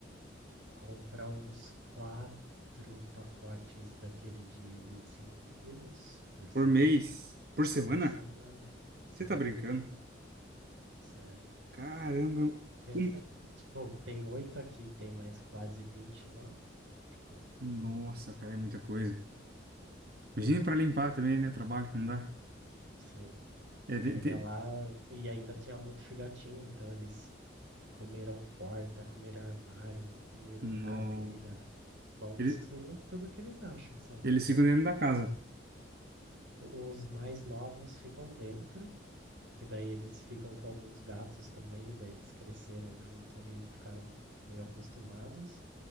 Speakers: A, on the right; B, on the right.
A: comprar uns quatro pacotes daquele de 25 quilos por semana.
B: Por mês? Por semana?
A: Por semana, sim,
B: Você tá brincando?
A: sério.
B: Caramba, é um...
A: Pensa,
B: um-
A: que, tipo, tem oito aqui, tem mais quase 20 lá. Tipo,
B: Nossa, cara, é muita coisa. Imagina pra limpar também, né? o Trabalho que não dá.
A: sim.
B: É,
A: Chega
B: tem, tem-
A: lá e ainda tinha muito filhotinho, então eles comeram porta, comeram armário, comeram
B: No...
A: cadeira, vão
B: Ele,
A: destruindo tudo que eles acham, sabe?
B: eles ficam dentro da casa,
A: O- Os mais novos ficam dentro Que daí eles ficam com alguns gatos também, daí eles cresceram junto ali, ficaram meio acostumados.